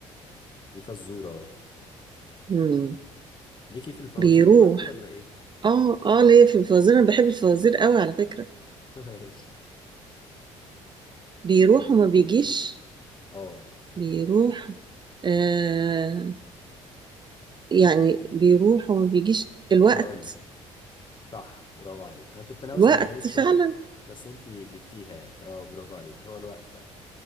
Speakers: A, on the left; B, on the right.
A: دي فزورة اه
B: مم.
A: ليكي في الفوازير
B: بيروح
A: برضو ولا إيه
B: اه اه ليه في الفوازير انا بحب الفوازير قوي على فكرة
A: <laughs> ماشي
B: بيروح وما بيجيش
A: اه
B: بيروح آه يعني بيروح وما بيجيش
A: هقولك
B: الوقت
A: صح برافو عليك أنا كنت ناوي أسهلها
B: الوقت
A: لك شوية
B: فعلا
A: بس أنتي جبتيها يعني اه برافو عليك هو الوقت فعلا